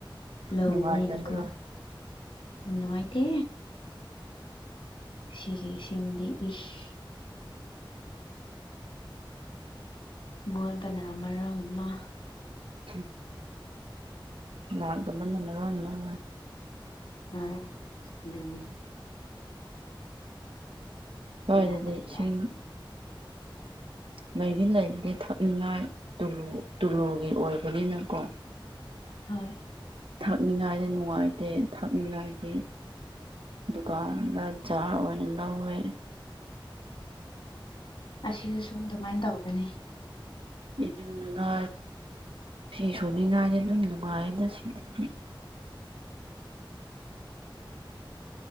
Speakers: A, on the left; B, on the right.
A: ꯂꯧꯋꯦꯅꯀꯣ
B: ꯅꯨꯡꯉꯥꯏꯇꯕ꯭ꯔꯣ
A: ꯎꯝ ꯅꯨꯡꯉꯥꯏꯇꯦ ꯁꯤꯒꯤꯁꯤꯡꯗꯤ ꯏꯁ ꯎ ꯃꯣꯏꯕꯅ ꯑꯃꯣꯡꯃ
B: ꯎꯝ ꯥꯟ ꯊꯃ ꯅꯅꯗ
A: ꯍ ꯑꯗꯨꯅꯤ
B: ꯁ꯭ꯋꯥꯏꯗꯗꯤ
A: ꯌꯥꯗ꯭ꯔꯦ
B: ꯏꯁꯤꯡ
A: ꯌꯥꯗꯅꯤ
B: ꯂꯩꯗꯤ ꯂꯩꯕꯗꯤ ꯊꯛꯅꯤꯡꯉꯥꯏ ꯇꯨꯂꯨꯒꯤ ꯑꯣꯏꯕꯅꯤꯅꯀꯣ
A: ꯍ
B: ꯊꯛꯅꯤꯡꯉꯥꯏꯗꯤ ꯅꯨꯡꯉꯥꯏꯇꯦ ꯊꯛꯅꯤꯡꯉꯥꯏꯒꯤ ꯗꯨꯀꯥꯟꯗ ꯖꯥꯔ ꯑꯣꯏꯅ ꯂꯧ ꯑꯣꯏꯦ
A: ꯑꯁꯤꯗꯁꯨ ꯑꯗꯨꯃꯥꯏꯅ ꯇꯧꯒꯅꯤ
B: ꯖꯝ ꯒꯔ ꯐꯤ ꯁꯨꯅꯤꯉꯥꯏꯗ ꯑꯗꯨꯏ ꯅꯨꯡꯉꯥꯏꯌꯦꯅ ꯁꯤꯗꯤ